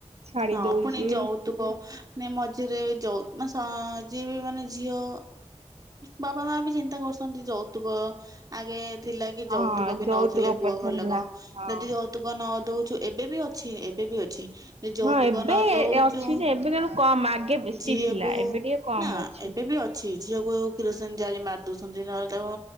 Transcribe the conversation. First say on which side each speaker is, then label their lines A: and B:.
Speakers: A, on the right; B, on the right.
A: ଛାଡି
B: ହଁ
A: ଦଉଛି
B: ପୁଣି ଯୋଉତୁକ ନାଇଁ ମଝିରେ ଯଉ ମାନେ ସ ଯିଏ ବି ମାନେ ଝିଅ ବାପା ମା ବି ଚିନ୍ତା କରୁଛନ୍ତି ଯୌତୁକ ଆଗେ ଥିଲା କି
A: ହଁ
B: ଯୌତୁକ ବି
A: ଯୌତୁକ
B: ନଉଥିଲେ ପୁଅ
A: ପ୍ରଥା
B: ଘରଲୋକ
A: ଥିଲା ହଁ।
B: ଯଦି ଯୌତୁକ ନ ଦଉଛୁ ଏବେ ବି ଅଛି ଏବେ ବି ଅଛି। ଯୌତୁକ
A: ହଁ ଏବେ
B: ନ ଦଉଛୁଁ
A: ଅଛି ଯେ ଏବେ କିନ୍ତୁ କମ ଆଗେ ବେଶୀ
B: ଝିଅକୁ
A: ଥିଲା ଏବେ ଟିକେ କମ
B: ନା
A: ଅଛି।
B: ଏବେ ବି ଅଛି ଛି ଝିଅକୁ କିରୋସିନ ଜାଲି ମାରି ଦଉଛନ୍ତି ନହେଲେ ତାକୁ